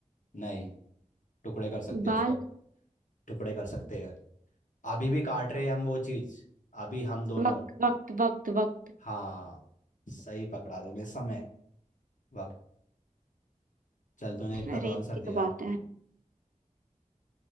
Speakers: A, on the left; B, on the right.
A: नहीं टुकड़े कर सकते हैं
B: बाल
A: उसके हम टुकड़े कर सकते हैं अभी भी काट रहे हैं हम वो चीज अभी हम दोनों
B: वक्त वक्त वक्त वक्त
A: हाँ सही पकड़ा तूने समय वक्त चल तूने एक का
B: अरे
A: तो आंसर
B: की
A: दिया
B: तो बात है